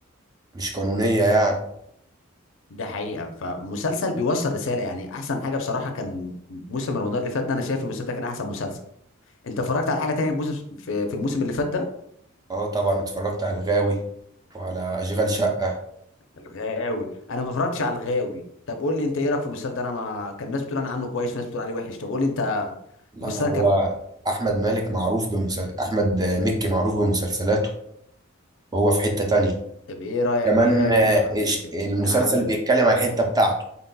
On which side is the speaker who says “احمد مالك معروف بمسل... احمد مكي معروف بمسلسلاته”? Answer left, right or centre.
Right